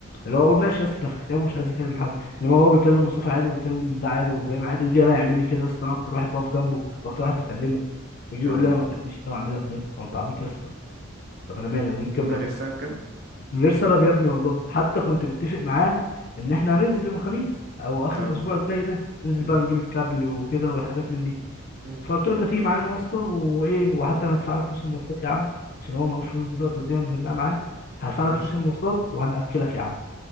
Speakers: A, on the left; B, on the right.
A: اللي هو اقول ماشي يا اسطى ده في كتابه مش عايز يكلم حد انما هو بيكلم مصطفى عادي وبيكلم ده عادي وابراهيم عادي ويجي انا يعمل لي كده يا اسطى انا اكتر واحد بقف جنبه واكتر واحد بكلمه يجي يقول
B: اه
A: لي انا ما تكلمنيش انا واعمل لك نيط هو انت عبيط يا اسطى طب انا مالي انا جيت جنبك
B: من غير سبب كده
A: من غير سبب يا ابني والله حتى كنت متفق معاه ان احنا هننزل يوم الخميس او اخر
B: اه
A: الاسبوع الجاي ده ننزل
B: مم.
A: بقى نجيب الكابل وكده والحاجات من دي
B: مم.
A: فقلت له انت تيجي معانا يا اسطى وايه وحتى انا هدفع لك فلوس المواصلات يا عم عشان هو معهوش فلوس دلوقتي والدنيا مزنقه معاه هدفع
B: ماشي
A: لك فلوس المواصلات وهنأكلك يا عم